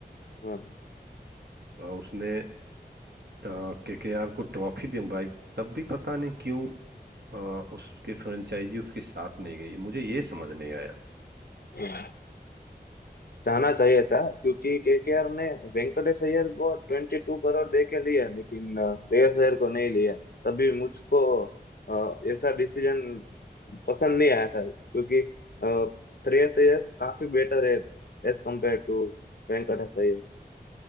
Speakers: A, on the left; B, on the right.
A: हाँ
B: अ, उसने केकेआर को ट्रॉफी दिलवाई तब भी पता नहीं क्यों अ, उसके फ्रेंचाइजी उसके साथ नहीं गई मुझे ये समझ नहीं आया
A: हाँ जाना चाहिए था क्योंकि केकेआर ने वेंकटेश अय्यर को ट्वेंटी टू करोड़ दे के लिया लेकिन अ, श्रेयस अय्यर को नहीं लिया तभी मुझको अ, ऐसा डिसीजन पसंद नहीं आया था क्योंकि अ, श्रेयस अय्यर काफी बेटर है as compare to Venkatesh Iyer